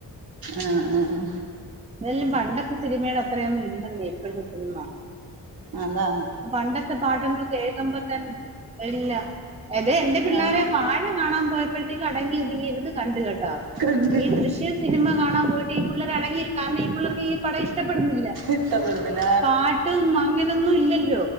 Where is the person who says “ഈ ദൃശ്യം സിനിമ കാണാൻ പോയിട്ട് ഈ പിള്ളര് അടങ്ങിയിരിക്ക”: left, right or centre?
Right